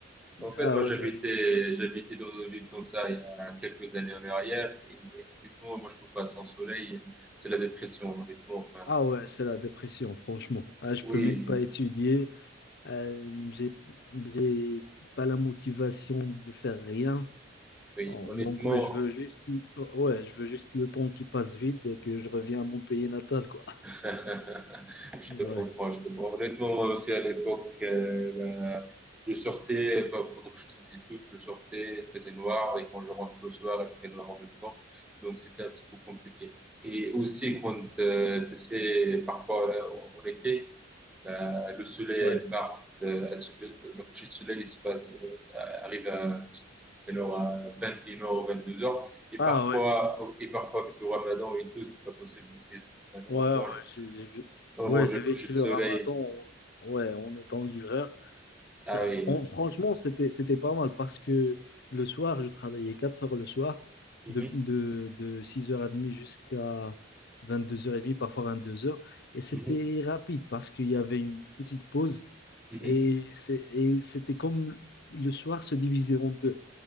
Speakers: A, in the centre; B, on the left.
A: En fait,
B: ah
A: moi,
B: ouais,
A: j'habitais,
B: mais.
A: j'habitais dans une ville comme ça il y a quelques années en arrière. Et honnêtement, moi, je peux pas sans soleil. C'est la dépression, honnêtement. Enfin,
B: Ah ouais, c'est la dépression, franchement. Ah, je
A: oui,
B: peux même pas étudier. Euh, j'ai, j'ai pas la motivation de faire rien.
A: oui,
B: Bon,
A: honnêtement.
B: Donc ouais, je veux juste ouais, je veux juste le temps qui passe vite et que je reviens à mon pays natal quoi.
A: <laughs> Je
B: Ouais,
A: te comprends, je te comprends. Honnêtement, moi aussi, à l'époque, euh, bah, je sortais, bah, pendant que je faisais des études, je sortais, il faisait noir, et quand je rentre le soir, il fait noir en même temps. Donc, c'était un petit peu compliqué. Et aussi, quand, euh, tu sais, parfois, là, en en été, Ben, le soleil
B: ouais.
A: part, euh, elle se- le coucher de soleil il se passe, euh, arrive à, je sais pas quelle heure, à 21h ou 22h. Et
B: Ah
A: parfois,
B: ouais.
A: et parfois, avec le ramadan et tout, c'est pas possible aussi. Maintenant,
B: Ouais,
A: moi,
B: ouais,
A: mange,
B: j'ai j'ai-
A: on
B: ouais,
A: mange
B: j'ai
A: le
B: vécu
A: coucher de
B: le
A: soleil.
B: Ramadan ouais, en étant livreur.
A: Ah
B: Ça,
A: oui.
B: on- franchement, c'était, c'était pas mal parce que le soir, je travaillais 4 heures le soir,
A: Mhm,
B: de, de, de 6h30 jusqu'à 22h30, parfois vingt-deux heures Et c'était
A: mhm,
B: rapide parce qu'il y avait une petite pause
A: mhm,
B: et c'est- et c'était comme le soir se divisait en deux.